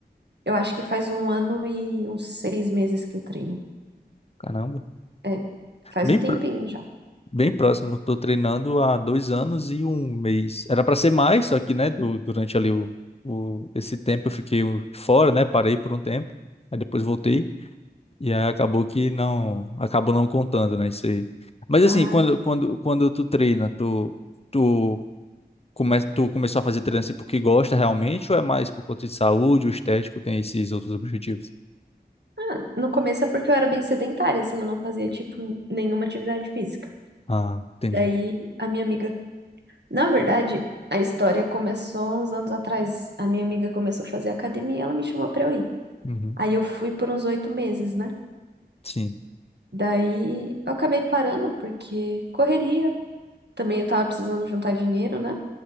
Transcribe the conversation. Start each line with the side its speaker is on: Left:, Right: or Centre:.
Right: Eu acho que faz um ano e uns seis meses que eu treino.
Left: Caramba.
Right: É, faz
Left: Bem,
Right: um
Left: pró-
Right: tempinho já.
Left: bem próximo, eu tô treinando há dois anos e um mês. Era pra ser mais, só que, né, du- durante ali o, o... esse tempo eu fiquei fora, né? Parei por um tempo, aí depois voltei. E aí acabou que não, acabou não contando, né, isso aí. Mas
Right: Ah,
Left: assim, quando quando quando tu treina, tu tu come, tu começou a fazer treino assim porque gosta realmente ou é mais por conta de saúde, o estético tem esses outros objetivos?
Right: ah, no começo é porque eu era bem sedentária, assim, eu não fazia, tipo, nenhuma atividade física.
Left: Ah, entendi.
Right: Daí, a minha amiga. Na verdade, a história começou uns anos atrás. A minha amiga começou a fazer academia e ela me chamou pra eu ir.
Left: Uhum.
Right: Aí eu fui por uns oito meses, né?
Left: Sim.
Right: Daí eu acabei parando porque correria. Também eu tava precisando juntar dinheiro, né?